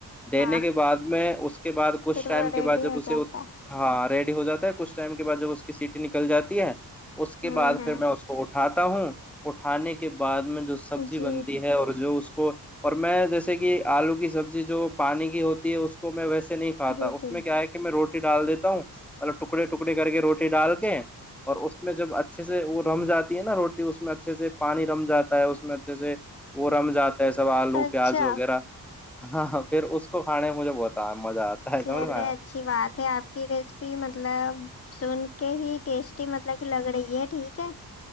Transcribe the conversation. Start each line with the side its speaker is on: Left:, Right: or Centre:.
Centre: دینے
Left: ہاں
Centre: کے بعد میں اس کے بعد کچھ
Left: پھر
Centre: ٹائم
Left: وہ
Centre: کے
Left: ریڈی
Centre: بعد جب
Left: ہو
Centre: اسے
Left: جاتا
Centre: ہاں ریڈ ہو جاتا ہے کچھ ٹائم کے بع جب اس کی سیٹی نکل جاتی ہے اس
Left: ہے
Centre: کے
Left: ہوں
Centre: بع
Left: ہوں
Centre: پھر میں اس کو اٹھ اٹھاتا ہوں اٹھانے کے بعد میں سبزی
Left: جی
Centre: بن جو اس کو اور میں جیسے کہ آلو کی سبزی جو پانی کی ہوتی ہے اس کو میں ویسے نہیں کا
Left: جی
Centre: تھا اس
Left: جی
Centre: میں کیا ہے کہ میں روٹی ڈال دیتا ہوں مطلب ٹکڑے ٹکڑے کر کے روٹی ڈال ہیں اور اس میں جب اچھا اچھے سے وہ رم جاتی ہے نا روٹی اس میں اچھے سے پانی رم جاتا ہے اس میں اچھے سے وہ رمضات ساو آلو
Left: اچھا
Centre: پیاز وغیرہ ہاں پھر اس کو کھانے میں مجھے بہت آ مزہ آتا ہے
Left: چلے
Centre: سمجھ میں آیا
Left: اچھی بات ہے آپ کی ریسیپی مطلب سن کہ ہی ٹیسٹی مطلب کہ لگ رہی ہے ٹھیک ہے